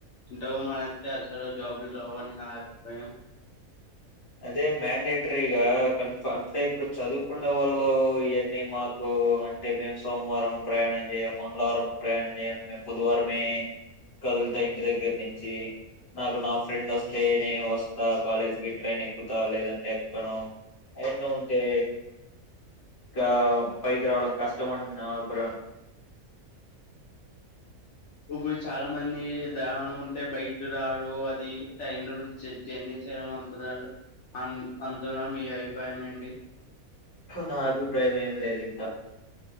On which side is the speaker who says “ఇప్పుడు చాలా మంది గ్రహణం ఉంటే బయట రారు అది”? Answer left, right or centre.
Left